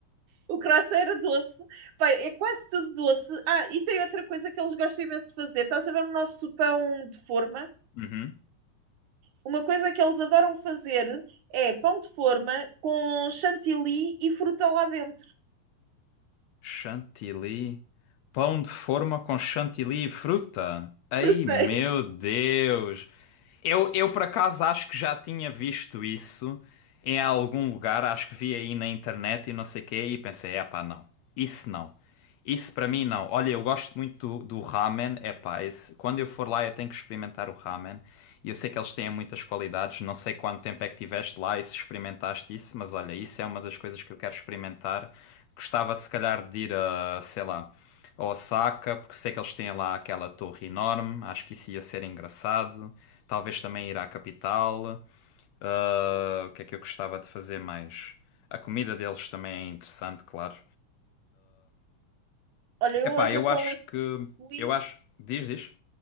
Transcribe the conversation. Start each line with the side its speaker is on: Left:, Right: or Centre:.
Right: o croissant era doce. Bem, é quase tudo doce. Ah, e tem outra coisa que eles gostam imenso de fazer. Estás a ver o nosso pão de forma?
Left: Uhum.
Right: Uma coisa que eles adoram fazer é pão de forma com chantilly e fruta lá dentro.
Left: Chantilly. Pão de forma com chantilly e fruta.
Right: <laughs>
Left: Ai,
Right: Frutei.
Left: meu Deus! Eu, eu por acaso acho que já tinha visto isso em algum lugar, acho que vi aí na internet e não sei o quê, e pensei, epá, não, isso não. Isso para mim não. Olha, eu gosto muito do, do ramen, epá, esse, quando eu for lá eu tenho que experimentar o ramen. E eu sei que eles têm muitas qualidades, não sei quanto tempo é que tiveste lá e se experimentaste isso, mas olha, isso é uma das coisas que eu quero experimentar. Gostava de se calhar de ir a, sei lá, a Osaka, porque sei que eles têm lá aquela torre enorme, acho que isso ia ser engraçado. Talvez também ir à capital. Ah, o que é que eu gostava de fazer mais? A comida deles também é interessante, claro.
Right: Olha, eu
Left: Epá,
Right: hoje
Left: eu
Right: a pão
Left: acho
Right: ainda
Left: que.
Right: fui
Left: Eu acho. Diz, diz.